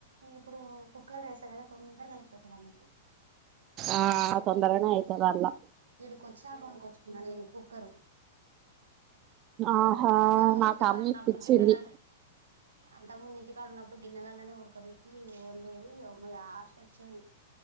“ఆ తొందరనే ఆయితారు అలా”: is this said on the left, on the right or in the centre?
Right